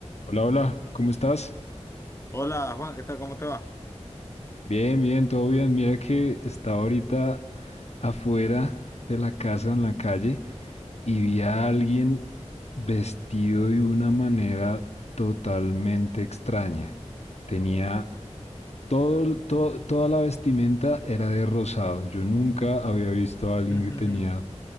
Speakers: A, on the left (about 65°); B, on the left (about 25°).
A: Hola, hola, ¿cómo estás?
B: Hola Juan, ¿qué tal? ¿Cómo te va?
A: Bien, bien, todo bien. Mira que estaba ahorita afuera de la casa en la calle y vi a alguien vestido de una manera totalmente extraña. Tenía todo, el- toda la vestimenta era de rosado. Yo nunca había visto a alguien
B: <laughs>
A: que tenía